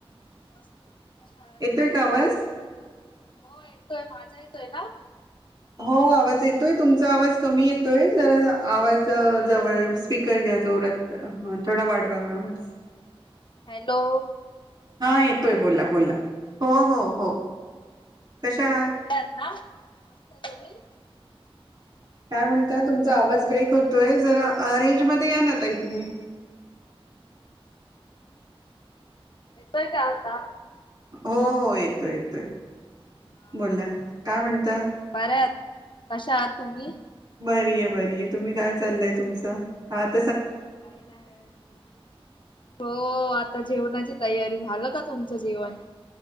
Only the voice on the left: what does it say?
मस्त तुमच्या शाळेत
हो येतोय माझा येतोय ना
हॅलो
हा
हॅलो
बरे आहात ना मस्त तु्ही
येतोय का आता
हा
बऱ्या आहात कशा आहात तुम्ही
काही नाही हो आता जेवणाची तयारी झा झालं का तुमचं जीवन